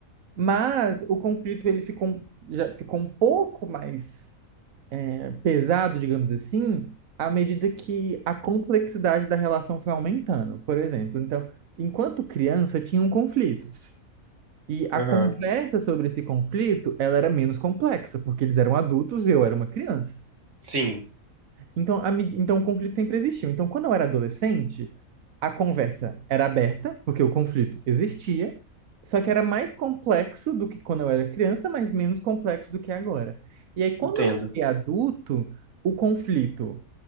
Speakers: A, on the right; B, on the right.
A: Mas o conflito ele ficou, um- já ficou um pouco mais é, pesado, digamos assim, à medida que a complexidade da relação foi aumentando. Por exemplo, então, enquanto criança, tinham conflitos. E a
B: aham.
A: conversa sobre esse conflito, ela era menos complexa, porque eles eram adultos e eu era uma criança.
B: Sim,
A: Então, a me- então, o conflito sempre existiu. Então, quando eu era adolescente, a conversa era aberta, porque o conflito existia, só que era mais complexo do que quando eu era criança, mas menos complexo do que agora. E aí, quando
B: entendo.
A: eu fiquei adulto, o conflito